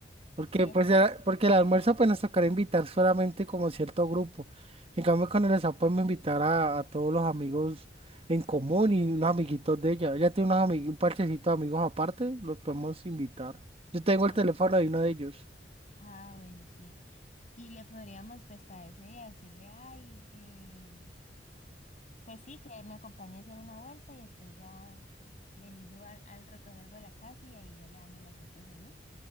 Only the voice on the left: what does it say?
¿Cierto?
Ah,
ah, bueno, sí. Y le podríamos, pues, para ese día decirle, ay, eh, pues sí, que me acompañe a hacer una vuelta y después ya vení yo al, al recoger algo a la casa y ahí ya le damos la sorpresa, ¿no?